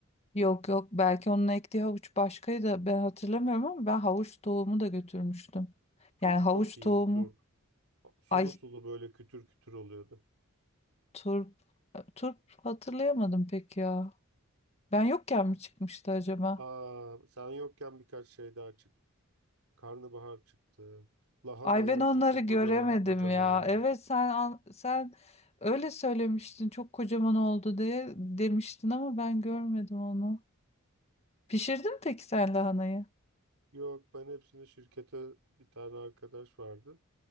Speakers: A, on the left; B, on the right.
A: Yok yok belki onun ektiği havuç başkaydı ben hatırlamıyorum ama ben havuç tohumu da götürmüştüm.
B: Turp
A: Yani havuç
B: çok iyiydi
A: tohumu
B: turp. Sulu
A: ay
B: sulu böyle kütür kütür oluyordu.
A: turp turp hatırlayamadım pek ya. Ben yokken mi çıkmıştı acaba?
B: Aa, sen yokken birkaç şey daha çıktı. Karnabahar çıktı. Lahanalar
A: Ay ben onları
B: çıktı kocaman
A: göremedim
B: kocaman.
A: ya. Evet sen an- sen öyle söylemiştin çok kocaman oldu diye demiştin ama ben görmedim onu. Pişirdin mi peki sen lahanayı?
B: Yok ben hepsini şirkete bir tane arkadaş vardı.